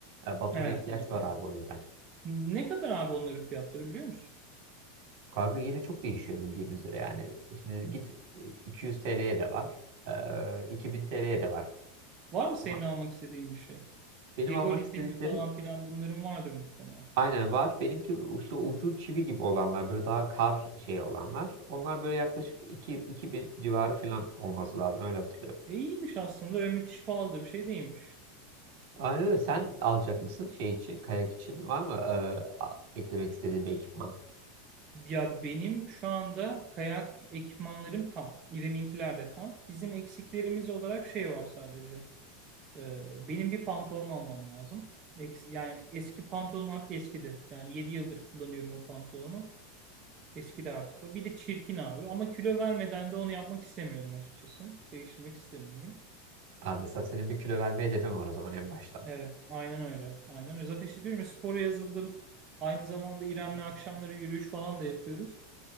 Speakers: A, on the right; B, on the right.
A: E, batona
B: Evet,
A: ihtiyaç
B: evet,
A: var
B: evet.
A: abi o yüzden.
B: Ne kadar abi onların fiyatları biliyor musun?
A: Kanka yine çok değişiyor bildiğin üzere yani. Şimdi git 200 TL'ye de var. eee, 2000 TL'ye de var.
B: Var mı senin
A: Ama
B: almak istediğin bir şey?
A: benim
B: Evolitenin
A: almak istediklerim
B: falan filan bunların vardır muhtemelen.
A: aynen var. Benimki işte ucu çivi gibi olanlar böyle daha kar şey olanlar. Onlar böyle yaklaşık iki iki bin civarı falan olması lazım öyle hatırlıyorum.
B: E iyiymiş aslında. Öyle müthiş pahalı da bir şey değilmiş.
A: Aynen öyle. Sen alacak mısın şey için kayak için var mı eee, a- eklemek istediğin bir ekipman?
B: Ya benim şu anda kayak ekipmanlarım tam. İrem'inkiler de tam. Bizim eksiklerimiz olarak şey var sadece. Ee, benim bir pantolon almam lazım. Eks- yani eski pantolonum artık eskidi. Yani 7 yıldır kullanıyorum o pantolonu. Eskidi artık o. Bir de çirkin abi. Ama kilo vermeden de onu yapmak istemiyorum açıkçası. Değiştirmek istemiyorum.
A: Ha, mesela senin bir kilo verme hedefin var o zaman en başta.
B: Evet, aynen öyle. Aynen öyle. Zaten işte diyorum ya spora yazıldım. Aynı zamanda İrem'le akşamları yürüyüş falan da yapıyoruz.